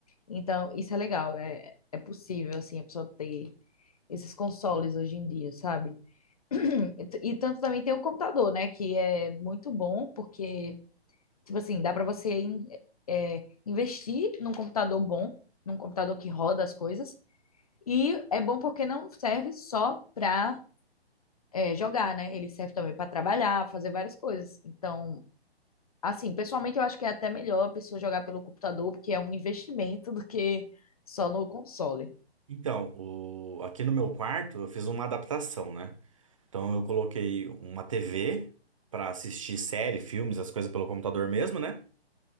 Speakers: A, on the left (about 35°); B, on the right (about 30°).
A: Então, isso é legal, é, é possível, assim, a pessoa ter esses consoles hoje em dia, sabe? <clears throat> E t- e tanto também tem o computador, né, que é muito bom porque, tipo assim, dá para você in- é, investir num computador bom, num computador que roda as coisas, e é bom porque não serve só para é, jogar, né? Ele serve também para trabalhar, fazer várias coisas. Então, assim, pessoalmente eu acho que é até melhor a pessoa jogar pelo computador, porque é um investimento do que só no console.
B: Então, o- aqui no meu quarto eu fiz uma adaptação, né? Então eu coloquei uma TV para assistir série, filmes, as coisas pelo computador mesmo, né?